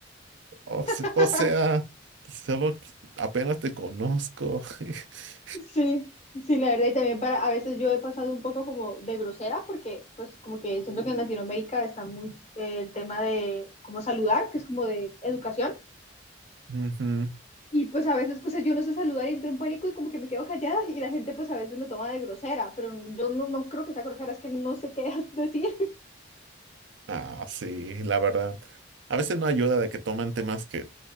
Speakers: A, on the right; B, on the left.
A: o, se-
B: <laughs>
A: o sea, solo qu- apenas te conozco. <laughs>
B: Sí, sí, la verdad, y también para, a veces yo he pasado un poco como de grosera, porque pues como que siento que en Latinoamérica está muy eh, el tema de cómo saludar, que es como de educación,
A: Ujú.
B: y pues a veces, o sea, yo no sé saludar y entro en pánico y como que me quedo callada y la gente pues a veces me toma de grosera, pero yo no, no creo que sea grosera, es que no sé qué <laughs> decir.
A: Ah, sí, la verdad. A veces no ayuda de que toman temas que